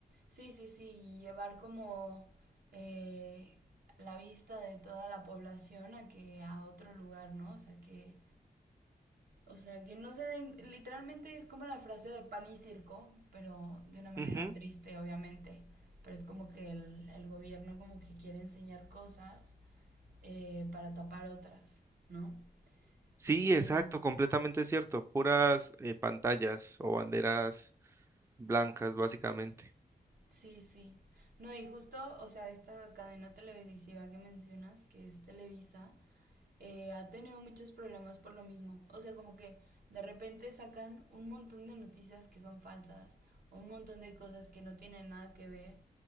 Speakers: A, on the right (about 70°); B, on the right (about 15°).
A: sí, sí, sí, y llevar como eh, la vista de toda la población a que a otro lugar, ¿no? O sea que, o sea que no se den, literalmente es como la frase de pan y circo, pero de una manera
B: Ujú.
A: triste, obviamente. Pero es como que el, el gobierno como que quiere enseñar cosas eh, para tapar otras, ¿no?
B: Sí,
A: Y
B: exacto, completamente cierto. Puras eh, pantallas o banderas blancas, básicamente.
A: sí, sí. No, y justo, o sea, esta cadena televisiva que mencionas, que es Televisa, eh, ha tenido muchos problemas por lo mismo. O sea, como que de repente sacan un montón de noticias que son falsas, un montón de cosas que no tienen nada que ver.